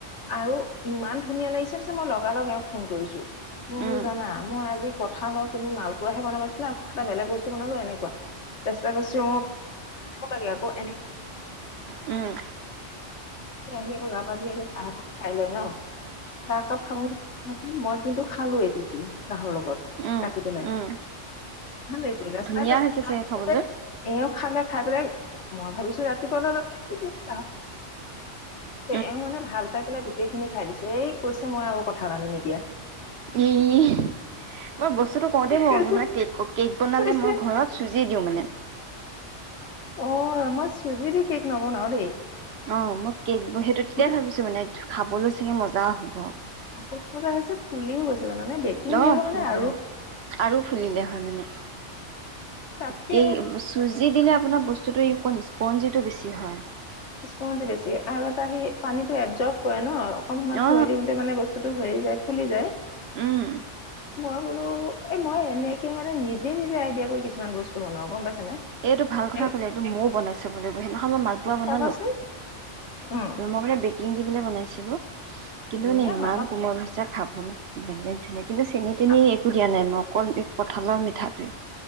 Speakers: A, on the left; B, on the right.
A: আৰু ইমান। ধুনীয়া লাগিছে মই লগা লগে ফোন কৰিছো মোৰ
B: উম
A: জানা মই আজি কঠাল লওঁ তুমি মালপোৱা বনাব প দিছিলা আৰু এটা বেলেগ বস্তু বনালো এনেকুৱা ৰাচ্তা ক চিন লাগে আকৌ এনে,
B: উম উম
A: আহি আকৌ গা পা ধোই চাহ খাই লয় ন। চাহ কাপ খাব বুলি মই কিন্তু খালো এটো। চাহৰ লগত
B: উম
A: কাটি পেলাই।
B: উম
A: ভালে কৰি ৰাস্তা
B: ধুনীয়া
A: এ
B: হৈছে চাগে খাবলৈ
A: খালে। খাই পেলাই মই ভাবিছো ৰাতিপুৱা অলাহ।
B: উ।
A: এওঁ মানে ভাল পাই পেলাই গোটেইখিনি খাই দিছে এই কৈছে মই আৰু কঠাল আনিম এতিয়া।
B: ই মই বস্তুটো কওঁতে মই
A: কৈছে
B: ভাবছো মানে কেক বনালে
A: কৈছে
B: মই ঘৰত চুজি দিওঁ মানে।
A: অ মই চুজিৰে কেক নবনাও দেই।
B: অ মই কেকোৰ সেইটো তেতিয়াই
A: গোটেই
B: ভাবিছো মানে খাবলৈ চাগে মজা হ'ব।
A: কাপত মজা আহিছে ফুলিও গৈছে। জানে বেকিং
B: অ
A: দিয়া হয়ানে
B: ফুলিলে
A: আৰু।
B: আৰু ফুলিলে হয় মানে।
A: তাকে
B: চুজি দিলে আপোনাৰ বস্তুটো স্পঞ্জিটো বেছি হয়।
A: স্পঞ্জিটো বেছি আৰু এটা আহি পানীটো এবজৰভ কৰে ন অকন সমত
B: অ
A: থৈ দিওঁতে মানে বস্তুতটো হেৰি যায়। ফুলি যায়
B: উম।
A: মই। বোলো এ মই এনেকে মানে নিজে নিজে আইডিয়া কৰি কিছুমান বস্তু। বনাও গম পাইছানে?
B: এইটো ভাল কথা
A: এ
B: ক'লে এইটো ময়ও বনাইছো বুলি সেইদিখন। মালপোৱা বনালো
A: চাবাচোন উম
B: মই মানে বেকিং দি পেলাই বনাইছিলো। কিন্তু
A: ধুনীয়া
B: মানে ইমান
A: হয়
B: কোমল হৈছে খাবলৈ বেলেগ। ধুনীয়া কিন্তু চেনিী
A: আমাৰ
B: তেনি একো দিয়া নাই মই অকল কঠালৰ মিঠাটোৱে